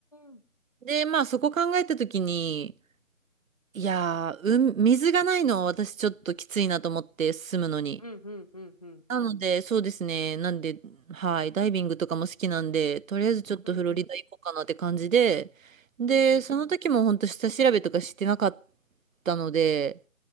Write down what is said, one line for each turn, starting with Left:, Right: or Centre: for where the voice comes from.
Left: ん、
Right: で、まあ、そこ考えたときに、いやー、うん、水がないのは私ちょっときついなと思って、住むのに。
Left: うん、うん、うん、うん。
Right: なので、そうですね。なんで、はい、ダイビングとかも好きなんで、とりあえずちょっとフロリダ行こうかなって感じで、
Left: うん、うん、
Right: で、
Left: うん、うん。
Right: その時も本当下調べとかしてなかったので、